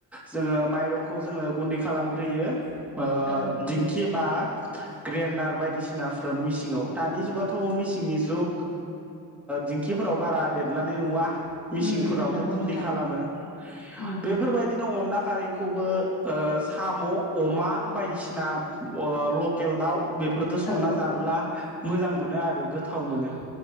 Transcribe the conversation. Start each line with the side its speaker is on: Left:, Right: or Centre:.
Centre: जोङो माइरंखौ जोङो गुन्दै खालामग्रोयो ओ
Left: औ नों
Centre: दिंखि एबा
Left: <inaudible>
Centre: ग्रेन्डार बायदिसिनाफ्रोम मिसिङाव दानि जुगाथ' मिसिंनि जुग दिंखिफोर फोराव बारा देदलानाय नुवा। मिसिंफोरावनो
Left: उम उम नंगौ
Centre: गुन्दै
Left: नोंथां
Centre: खालामो
Left: उम
Centre: बेफोरबायदिनो अनला खारिखौबो ओ साम' अमा बायदिसिना ओ लकेल दाउ फोरदो
Left: औ
Centre: संना जाब्ला मोजां मोनो आरो गोथाव मोनो।